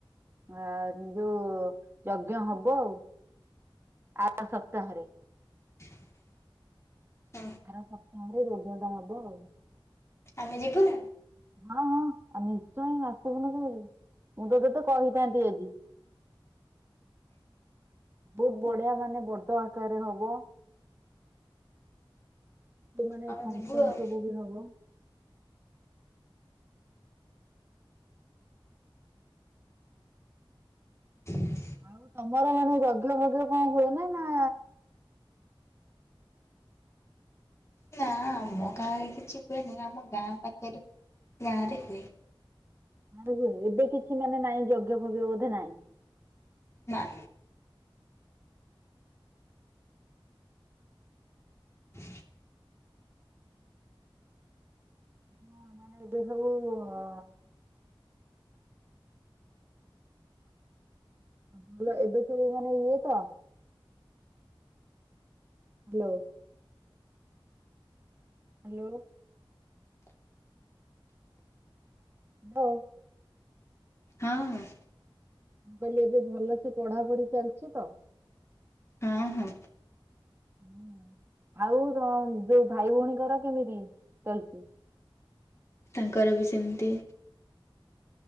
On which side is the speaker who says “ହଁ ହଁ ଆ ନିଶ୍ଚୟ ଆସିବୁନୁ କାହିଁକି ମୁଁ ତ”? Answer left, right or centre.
Right